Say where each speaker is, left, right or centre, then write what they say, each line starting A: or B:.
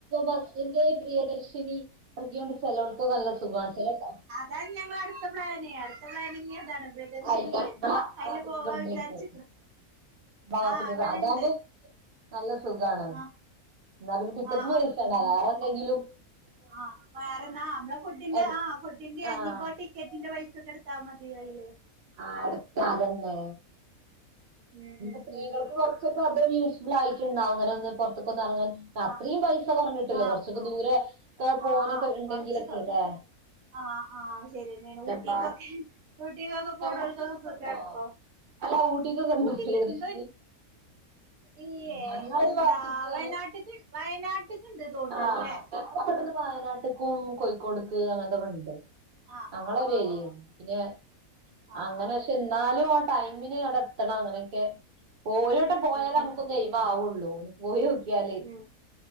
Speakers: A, on the right; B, on the right.
A: ബസ്സിന്റെ പ്രിയദർശിനി അറകി കൊണ്ട് ചിലോൽകൊക്ക നല്ല സുഖ ചെലോൽക്
B: താണ് ഞങ്ങളെ അട്ത്ത പ്ലാന്. അട്ത്ത പ്ലാനിഞി അതാണ് പ്രിയദർശിനി
A: അല്ല ഇങ്ങളെ ആ
B: അയില്
A: വാത്ത്ക്കൊക്കെ
B: പോവാ
A: ഇണ്ടേക്കും.
B: വിചാരിച്ചിക്ക്ണ്
A: ഭാഗത്ത്ക്
B: ആ ഇവിടെണ്ട്
A: അതാവ്മ്പൊ നല്ല സുഖാണ്
B: ആ
A: ന്നാല്ലും ടിക്കറ്റിന്
B: ആ
A: പൈസ വേണ്ട വേറെന്തെങ്കിലും
B: ആഹ് വേറെന്നാ അമ്മ്ള ഫുഡ്ഡിന്റ
A: എട്
B: ആ ഫുഡ്ഡിന്റെ
A: ആഹ്
B: ഇഞ്ഞിപൊ ടി കെറ്റിന്റെ പൈസൊക്ക ഇട്ത്താ മതി അയ്ല്
A: ആഹ് അടുത്ത അതെന്നെ
B: ഉം
A: ഇപ്പം
B: ഉം
A: സ്ത്രീകൾക്ക്
B: ഉം
A: പോർ ഞപ്പത് യൂസ്ഫുളായിട്ട്ണ്ടാവും ഇങ്ങനൊന്ന് പുറത്ത്കൊന്നെറങ്ങാഞ്ട് അത്രീം
B: ആഹ്
A: പൈസ കൊർഞ്ഞുട്ടൂല്ലെ
B: ആഹ്
A: കൊറ്ച്ചൊക്കെ
B: ആഹ്
A: ദൂരെ ക്കെ പോണക്കെ
B: ആഹ്
A: ഇണ്ടെങ്കിലൊക്കെലേ
B: കൊറച്ച് ആഹ് ആഹ് ശരിയെന്നേണ് ഊട്ടികൊക്കെ
A: ബാ
B: ഊട്ടീകൊക്കെ പോണോൽകൊക്കെ
A: ഊട്ടിക്കൊക്കെണ്ടോ
B: സുഖാണ്പ്പൊ
A: അല്ല ഊട്ടിക്കൊക്കെണ്ടോ
B: ഊട്ടീക്ക്
A: പ്രിയദർശിനി
B: ഇണ്ടൊ ഇല്ലേ?
A: ഞങ്ങളെ
B: എന്താ
A: ഈ ഭാഗത്ത്ക്ക്
B: വയനാട്ട്ക് വയനാട്ട്ക് ഇണ്ട് തോന്ന്ണ്ട്ലെ
A: ആഹ് ഞങ്ങളെ ഇവ്ടുന്ന് വയനാട്ട്ക്കും കോഴിക്കോട്ക്ക് അങ്ങൻതൊക്കണ്ട്
B: ആഹ്
A: അങ്ങളെ
B: ആഹ്
A: ഒരെര്യേണ് പിന്നെ
B: ആഹ്
A: അങ്ങനെ പഷെ ഇന്നാലും ആഹ് ട്ടൈമിന് അവടെത്തണം അങ്ങനൊക്കെ ഓര് അങ്ങട്ട് പോയാലെ
B: ഉം
A: ഞമ്മക്കൊന്ന്
B: ഉം
A: എയ്മാവൊള്ളൂ ഒന്ന് പോയോക്കിയാലൈ
B: ഉം